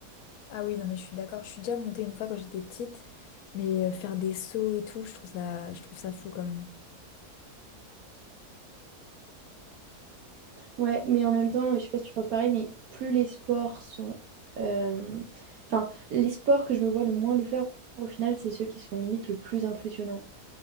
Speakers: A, on the left; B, on the right.
A: Ah oui, non, mais je suis d'accord. Je suis déjà montée une fois quand j'étais petite, mais euh, faire des sauts et tout, je trouve ça, je trouve ça fou quand même.
B: Ouais, mais en même temps, je sais pas si tu penses pareil, mais plus les sports sont... euh, Enfin, les sports que je me vois le moins le faire, au final, c'est ceux qui sont limite le plus impressionnants.